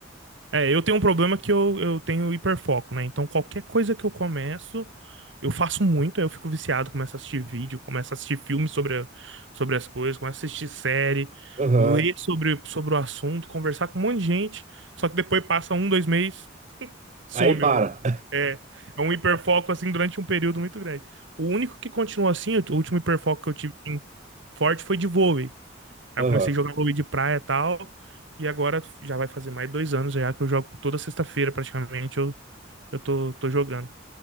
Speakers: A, on the right; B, on the right.
A: É, eu tenho um problema que eu, eu tenho hiperfoco, né? Então, qualquer coisa que eu começo, eu faço muito, aí eu fico viciado, começo a assistir vídeo, começo a assistir filmes sobre, a- sobre as coisas, começo a assistir série,
B: Aham.
A: ler sobre, sobre o assunto, conversar com um monte de gente, só que depois passa um, dois meses, some.
B: Aí para.
A: o- É, é um hiperfoco, assim, durante um período muito grande. O único que continuou assim, o último hiperfoco que eu tive assim, forte foi de vôlei. Aí
B: Aham.
A: eu comecei a jogar vôlei de praia e tal. E agora já vai fazer mais dois anos já que eu jogo toda sexta-feira praticamente. Eu, eu tô, tô jogando